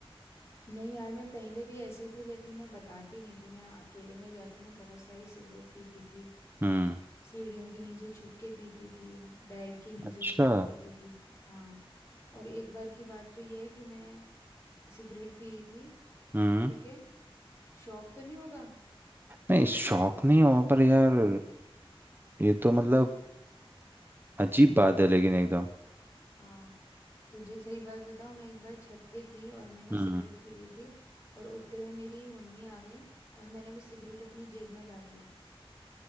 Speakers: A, on the left; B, on the right.
A: नहीं यार मैं पहले भी ऐसी थी लेकिन मैं बताती नहीं थी मैं अकेले में जाके ना बहुत सारी सिगरेट पीती थी
B: हम्म
A: सीढ़ियों के नीचे छुप के पीती थी बेड के नीचे
B: अच्छा
A: छुप के पीती थी हाँ और एक बार की बात तो ये है कि मैं सिगरेट पी रही थी
B: हम्म
A: ठीक है शौक तो नहीं होगा
B: नहीं शौक नहीं हो पर यार ये तो मतलब अजीब बात है लेकिन एकदम
A: हाँ तुझे सही बात बताऊँ मैं एक बार छत पे थी और मैं ना
B: हम्म
A: सिगरेट पी रही थी और उतने में मेरी मम्मी आ गई और मैंने वो सिगरेट अपनी जेब में डाल ली